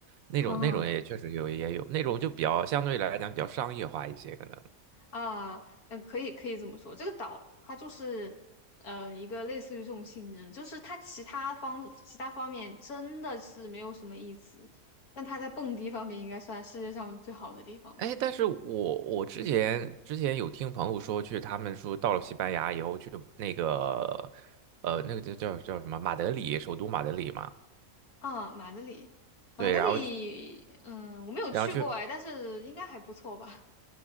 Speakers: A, on the right; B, on the left.
A: 那种那种也确实有也有那种就比较相对来讲比较商业化一些可能。
B: <laughs> 啊，嗯，可以可以这么说，这个岛它就是呃一个类似于这种性质，就是它其他方其他方面真的是没有什么意思，但它在蹦迪方面应该算世界上最好的地方吧。
A: 哎，但是我我之前之前有听朋友说去，他们说到了西班牙以后去那个呃那个叫叫叫什么马德里，首都马德里嘛。
B: 啊，马德里，马德里，
A: 对，然后
B: 嗯，我没有去过哎，
A: 然后去
B: 但是应该还不错吧？